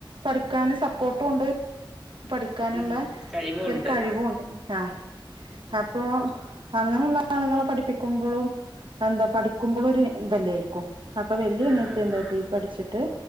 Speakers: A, on the right; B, in the centre.
A: പഠി ക്കാന് സപ്പോർട്ടും ഉണ്ട് പഠിക്കാനുള്ള
B: ഉം കഴിവുണ്ട്
A: ഒരു കഴിവുംഉണ്ട് ആ
B: ഉം
A: അപ്പോ അങ്ങനെയുള്ള ആളുകളെ പഠിപ്പിക്കുമ്പോഴും എന്താ പഠിക്കുമ്പോളും ഒരു ഇന്തെല്ലാരിക്കും അപ്പൊ വലിയ അനത്തി
B: ആഹ്
A: എന്തായിട്ട് ഈ പഠിച്ചിട്ട്